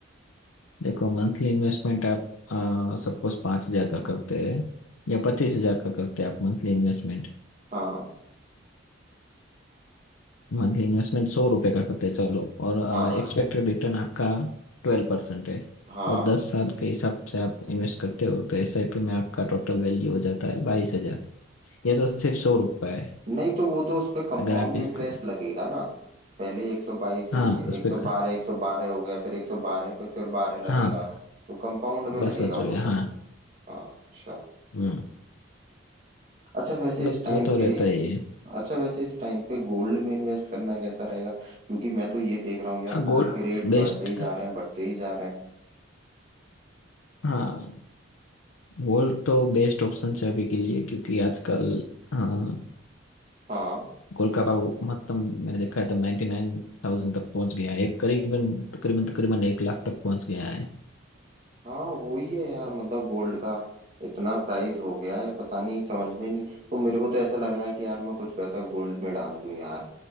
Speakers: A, on the left (about 80°); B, on the right (about 35°).
A: देखो मंथली इन्वेस्टमेंट आप सपोज पाँच हजार का करते हैं या पच्चीस हजार का करते हैं आप मंथली इन्वेस्टमेंट
B: हाँ
A: मंथली इन्वेस्टमेंट सौ रुपए का करते हैं चलो और एक्सपेक्टेड
B: हाँ
A: रिटर्न आपका ट्वेल्व परसेंट है
B: हाँ
A: और दस साल के हिसाब से आप इन्वेस्ट करते हो तो एस आई पी में आपका टोटल वैल्यू हो जाता है बाईस हजार ये तो सिर्फ सौ रुपए है
B: नहीं तो वो तो उस पे कंपाउंड
A: अगर आप इसको
B: इंटरेस्ट लगेगा ना पहले एक सौ बाईस हो
A: हाँ
B: गया
A: उस
B: एक सौ
A: पे
B: बारह एक सौ बारह हो गया फिर एक सौ बारह पे फिर बारह
A: हाँ
B: लगेगा तो कंपाउंड में लगेगा
A: बस सोचो ये,
B: वो
A: हाँ
B: तो हाँ अच्छा
A: हम्म
B: अच्छा वैसे
A: मतलब
B: इस टाइम
A: वो तो
B: पे
A: रहता ही है
B: अच्छा वैसे इस टाइम पे गोल्ड में इन्वेस्ट करना कैसा रहेगा क्योंकि मैं तो ये देख रहा हूँ यार
A: हाँ
B: गोल्ड
A: गोल्ड
B: के रेट
A: बेस्ट
B: बढ़ते ही जा रहे हैं बढ़ते ही जा रहे हैं
A: हाँ गोल्ड तो बेस्ट ऑप्शन है अभी के लिए क्योंकि आजकल हाँ
B: हाँ
A: गोल्ड का भाव महत्तम मैंने देखा है तब नाइन्टी नाइन थाउजेंड तक पहुंच गया है एक करीबन तकरीबन तकरीबन एक लाख तक पहुंच गया है
B: हाँ वही है यार मतलब गोल्ड का इतना प्राइस हो गया है पता नहीं समझ में नहीं तो मेरे को तो ऐसा लग रहा है कि यार मैं कुछ पैसा गोल्ड में डाल दूं यार